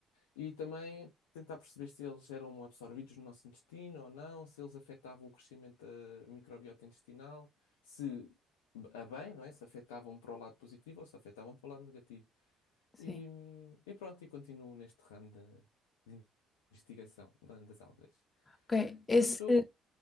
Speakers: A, on the left (about 75°); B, on the left (about 25°).
A: E também tentar perceber se eles eram absorvidos no nosso intestino ou não, se eles afetavam o crescimento da microbiota intestinal, se a bem, não é? Se afetavam para o lado positivo ou se afetavam para o lado negativo.
B: sim.
A: E, hum, e pronto, e continuo neste ramo da- de, investigação da- das algas.
B: Ok, esse,
A: Mas estou a...